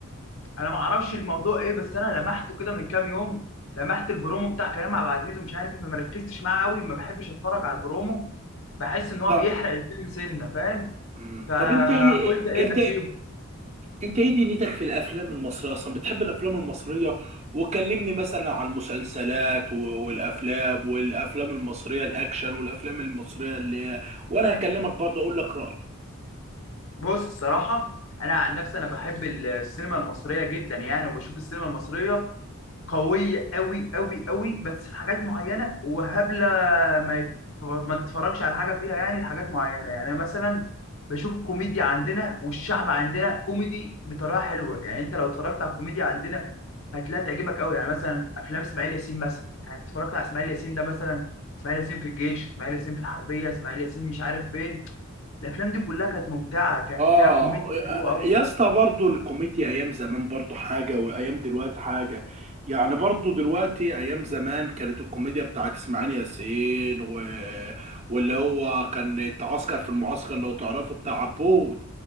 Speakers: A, on the left; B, on the right.
A: انا ما اعرفش الموضوع ايه بس انا لمحته كده من كام يوم لمحت البرومو بتاع كريم عبد العزيز ومش عارف ايه ما مركزتش معاه قوي ما بحبش اتفرج على البرومو بحس ان هو
B: طب
A: بيحرق الفيلم سنه فاهم
B: مم،
A: فقلت
B: طب انت ايه
A: ايه
B: انت
A: اسيبه
B: انت ايه دنيتك في الافلام المصريه اصلا بتحب الافلام المصريه وكلمني مثلا عن المسلسلات و- والافلام والافلام المصريه الاكشن والافلام المصريه اللي هي وانا هكلمك برضه اقول لك رايي
A: بص الصراحة أنا عن نفسي أنا بحب السينما المصرية جدا يعني وبشوف السينما المصرية قوية أوي أوي أوي بس في حاجات معينة وهبلة ما يت- ما تتفرجش على حاجة فيها يعني لحاجات معينة يعني مثلا بشوف الكوميديا عندنا والشعب عندنا كوميدي بطريقة حلوة يعني أنت لو اتفرجت على الكوميديا عندنا هتلاقيها تعجبك أوي يعني مثلا أفلام إسماعيل ياسين مثلا يعني أنت اتفرجت على إسماعيل ياسين ده مثلا إسماعيل ياسين في الجيش إسماعيل ياسين في الحربية إسماعيل ياسين مش عارف فين الافلام دي كلها كانت ممتعه كان
B: اه
A: فيها كوميديا حلوه قوي
B: يا اسطى برضه الكوميديا ايام زمان برضه حاجه وايام دلوقتي حاجه يعني برضه دلوقتي ايام زمان كانت الكوميديا بتاعت اسماعيل ياسين و... واللي هو كان اتعسكر في المعسكر لو تعرفه بتاع عبود